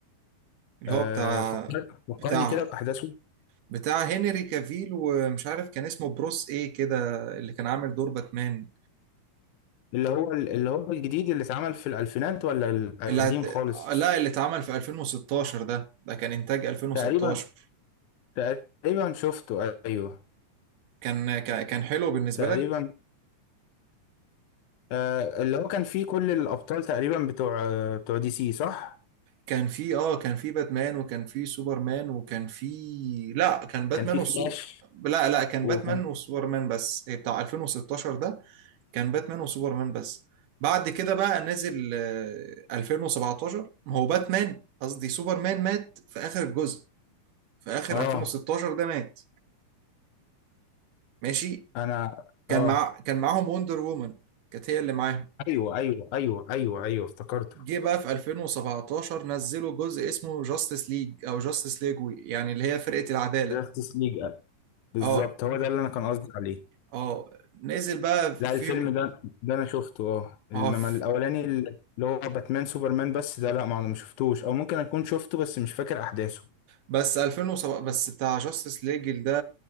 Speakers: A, on the right; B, on the left.
A: اللي
B: آه
A: هو بتاع
B: فكر- فكرني
A: بتاع
B: كده باحداثه
A: بتاع هنري كافيل ومش عارف كان اسمه بروس ايه كده اللي كان عامل دور باتمان
B: اللي هو اللي هو الجديد اللي اتعمل في الألفينات ولا القديم
A: اللي هت...
B: خالص
A: لا اللي اتعمل في 2016 ده ده كان انتاج 2016
B: تقريبا تقريبا شفته ايوه
A: كان كان كان حلو بالنسبة
B: تقريبا
A: لك
B: آه اللي هو كان فيه كل الابطال تقريبا بتوع آه بتوع دي سي صح
A: كان في اه كان في باتمان وكان في سوبرمان وكان في لا كان باتمان
B: كان فيه
A: والسو
B: فلاش
A: لا لا كان
B: وكان
A: باتمان وسوبرمان بس إيه، بتاع 2016 ده كان باتمان وسوبرمان بس بعد كده بقى نزل آه، 2017 ما هو باتمان قصدي سوبرمان مات في آخر الجزء في آخر
B: اه
A: 2016 ده مات ماشي
B: انا
A: كان
B: اه
A: مع كان معاهم وندر وومن كانت هي اللي معاهم
B: ايوه ايوه ايوه ايوه ايوه افتكرته
A: جه بقى في 2017 نزلوا جزء اسمه جاستس ليج او جاستس ليج وي، يعني اللي هي فرقة العدالة
B: جاستس ليج بالظبط
A: اه
B: هو ده اللي انا كان قصدي عليه
A: اه نزل بقى في
B: لا الفيلم ده ده انا شفته اه انما
A: اه في-
B: الاولاني اللي هو باتمان سوبرمان بس ده لا ما انا ما شفتوش او ممكن اكون شفته بس مش فاكر احداثه
A: بس 2007 بس بتاع جاستس ليجل ده